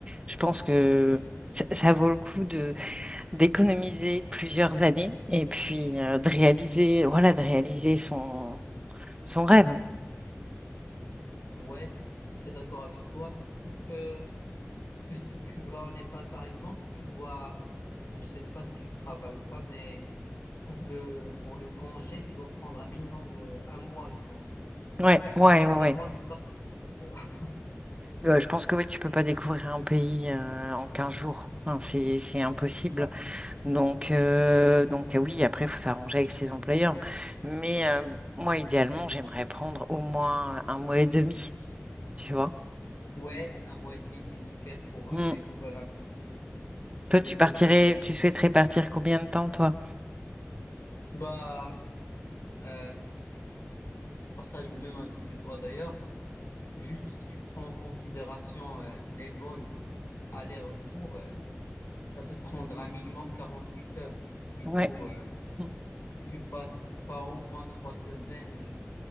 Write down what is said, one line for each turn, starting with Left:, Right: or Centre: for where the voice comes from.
Right: je pense que ça, ça vaut le coup de d'économiser plusieurs années et puis euh, de réaliser, voilà, de réaliser son, son rêve.
Left: Ouais, je suis tout à fait d'accord avec toi, surtout que, que si tu vas au Népal, par exemple, tu dois, je sais pas si tu travailles ou pas, mais Pour le, pour le congé, tu dois prendre un minimum de un mois, je pense.
Right: Ouais, ouais,
Left: Moins
Right: ouais,
Left: qu'un
Right: ouais.
Left: mois, c'est pas <laughs>
Right: Ouais, je pense que oui, tu peux pas découvrir un pays euh, en 15 jours. Enfin, c'est, c'est impossible.
Left: Ouais,
Right: Donc, euh, donc euh, oui, après, il faut s'arranger avec ses employeurs. Mais euh, moi, idéalement, j'aimerais prendre au moins un mois et demi, tu vois.
Left: Ouais, un mois et demi, c'est nickel pour
Right: Mm.
Left: euh, découvrir un peu tout- tous
Right: Toi,
Left: les
Right: tu
Left: côtés
Right: partirais,
Left: intéressants.
Right: tu souhaiterais partir combien de temps, toi?
Left: Bah, euh, je partage le même avis que toi d'ailleurs. Juste si tu prends en considération euh, les vols aller-retour, euh, ça te prendra minimum 48 heures. Du
Right: Ouais.
Left: coup, euh,
Right: Mm.
Left: si tu passes pas au moins trois semaines euh,